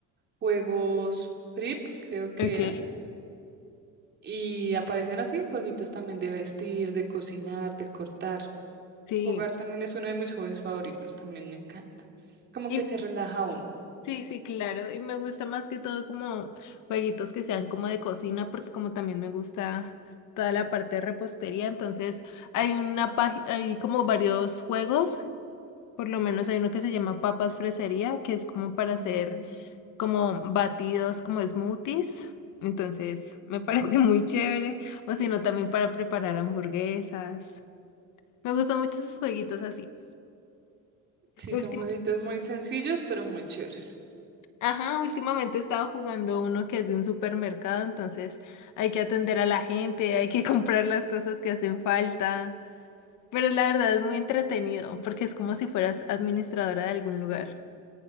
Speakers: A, on the right; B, on the left.
A: Juegos Flip, creo que
B: Ok.
A: era. Y aparecían así, jueguitos también de vestir, de cocinar, de cortar.
B: Sí,
A: Jugar también es uno de mis hobbies favoritos, también me encanta. Como
B: y,
A: que se relaja uno.
B: sí, sí, claro. Y me gusta más que todo como jueguitos que sean como de cocina, porque como también me gusta toda la parte de repostería, entonces hay una página, hay como varios juegos, por lo menos hay uno que se llama Papas Fresería, que es como para
A: Mm.
B: hacer como batidos, como smoothies. Entonces me <laughs> parece muy chévere. O si no, también para preparar hamburguesas. Me gustan mucho esos jueguitos así.
A: Sí, son
B: Último.
A: jueguitos muy sencillos, pero muy chéveres.
B: Ajá, últimamente he estado jugando uno que es de un supermercado, entonces hay que atender a la gente, hay que <laughs> comprar las cosas que hacen falta. Pero la verdad es muy entretenido porque es como si fueras administradora de algún lugar.